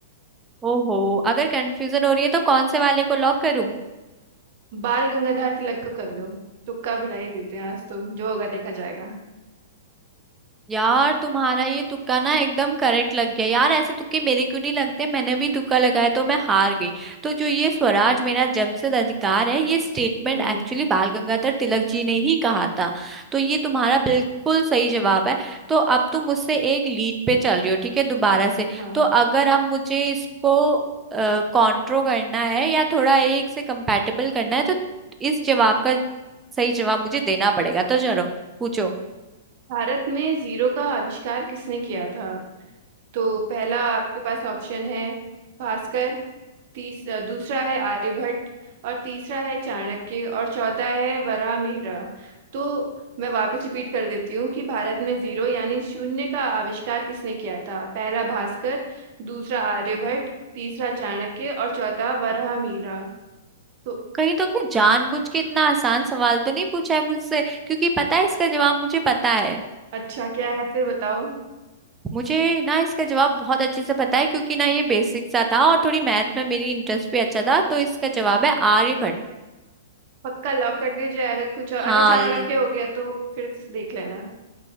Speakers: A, on the right; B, on the right.
A: ओहो अगर कंफ्यूजन हो रही है तो कौन से वाले को लॉक करूं
B: बाल गंगाधर तिलक को कर लो तुक्का भिड़ाई देते हैं आज तो जो होगा देखा जाएगा
A: यार तुम्हारा ये तुक्का ना एकदम करेक्ट लग गया यार ऐसे तुक्के मेरे क्यों नहीं लगते मैंने भी तुक्का लगाया तो मैं हार गई तो जो ये स्वराज मेरा जन्मसिद्ध अधिकार है ये स्टेटमेंट
B: हम्म
A: एक्चुअली बाल गंगाधर तिलक जी ने ही कहा था तो ये तुम्हारा बिल्कुल सही जवाब है तो अब तुम मुझसे एक लीड पे चल रही हो ठीक है दोबारा से
B: हाँ
A: तो अगर अब मुझे इसको कॉन्ट्रो करना है या थोड़ा एक से कंपैटिबल करना है तो इस जवाब का सही जवाब मुझे देना पड़ेगा तो चलो पूछो
B: भारत में जीरो का आविष्कार किसने किया था तो पहला आपके पास ऑप्शन है भास्कर तीस अ, दूसरा है आर्यभट्ट और तीसरा है चाणक्य और चौथा है वराहमिहिर तो मैं वापस रिपीट कर देती हूँ कि भारत में जीरो यानी शून्य का आविष्कार किसने किया था पहला भास्कर दूसरा आर्यभट्ट तीसरा चाणक्य और चौथा वराहमिहिर तो
A: कहीं तुमने जानबूझ के इतना आसान सवाल तो नहीं पूछा है मुझसे क्योंकि पता है इसका जवाब मुझे पता है
B: अच्छा क्या है फिर बताओ
A: मुझे ना इसका जवाब बहुत अच्छे से पता है क्योंकि ना ये बेसिक सा था और थोड़ी मैथ में मेरी इंटरेस्ट भी अच्छा था तो इसका जवाब है आर्यभट्ट
B: पक्का लॉक कर दिया जाए अगर कुछ और,
A: हाँ
B: अगर चाणक्य
A: ल-
B: के हो गया तो फिर देख लेना